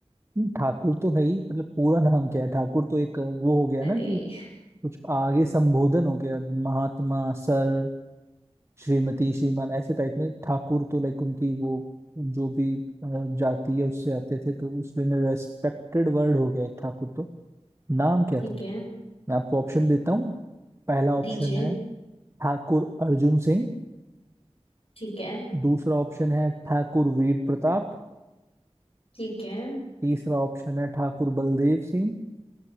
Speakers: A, on the right; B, on the left.
A: ठाकुर तो है ही मतलब पूरा नाम क्या है ठाकुर तो एक वो हो गया
B: अरे
A: ना कि कुछ आगे संबोधन हो गया महात्मा सर श्रीमती श्रीमान ऐसे टाइप में ठाकुर तो लाइक उनकी वो जो भी अ, जाति है उससे आते थे तो उसमें रेस्पेक्टेड वर्ड हो गया एक ठाकुर तो नाम क्या
B: ठीक
A: था मैं
B: है
A: आपको ऑप्शन देता हूँ पहला ऑप्शन
B: दीजिए
A: है ठाकुर अर्जुन सिंह
B: ठीक है
A: दूसरा ऑप्शन है ठाकुर वीर प्रताप
B: ठीक है
A: तीसरा ऑप्शन है ठाकुर बलदेव सिंह